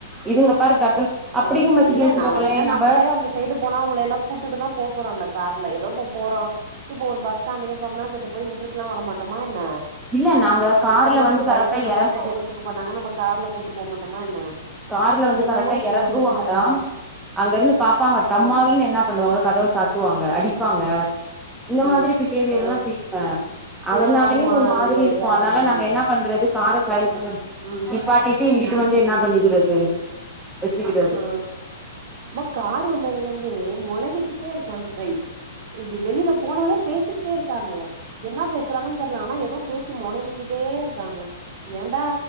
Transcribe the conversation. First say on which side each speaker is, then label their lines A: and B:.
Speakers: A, in the centre; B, on the right (about 40°).
A: இதுங்க பாரு டக்குன்னு அப்டிங்கும்
B: ஆ
A: பாத்தீங்க
B: இல்ல
A: வச்சுக்கோங்களே
B: நாள பின்ன
A: நம்ம
B: நம்பளே அந்த சைடு போனா அவங்கள எல்லா கூட்டிட்டுதா போ போறோ அந்த கார்ல ஏதோ இப்ப போறோ இப்போ ஒரு பஸ் ஸ்டாண்டக்கே போறம்னா சத்து போய் விட்டுல்லா வர மாட்டமா என்ன
A: இல்ல நாங்க கார்ல
B: இத்த நாள்
A: வந்து
B: நம்ம
A: கரெக்டா
B: பைக்ல நம்ம
A: எறங்குவோ
B: கிட்ட ஹெல்ப்க்கு பண்ணாங்க நம்ம கார்ல கூட்டு போகங்கன் பமா என்ன
A: கார்ல வந்து
B: என்னமோ
A: கரெக்டா
B: இப்டி
A: இறங்குடா
B: நெனைக்கிறாங்கப்பா
A: அங்க இருந்து பாப்பாங்க
B: ஆ
A: டம்மாலு என்ன பண்ணுவாங்க கதவ சாத்துவாங்க அடிப்பாங்க இந்த
B: ஆ
A: மாதிரி பிகேவியர்
B: ஆ
A: எல்லா செய்யங்க
B: இப்பல்லா
A: அதனாலயே
B: ஆமா
A: ஒரு
B: நமக்கு
A: மாதிரி இருக்கு
B: இதா
A: அனால
B: சங்கடமா
A: நாங்க
B: இருக்கு
A: என்ன பண்றது கார சாய் பண்ணி வச்சிபோ
B: ம்
A: இப்பாட்டி டி இங்கிட்டு வந்து என்னா பண்ணிக்கிறது வச்சுக்கிறது
B: ஆ மா கார் வந்ததுலந்தே மோனவிகிட்டே இருக்காங்க இப்பிடி வெளியில போனாலு பேசிக்கிட்டே இருக்காங்க என்னா பேசுறாங்கன்னு தெரல ஆனா எதுவு பேசி மோனவிகிட்டே இருக்காங்க ஏன்டா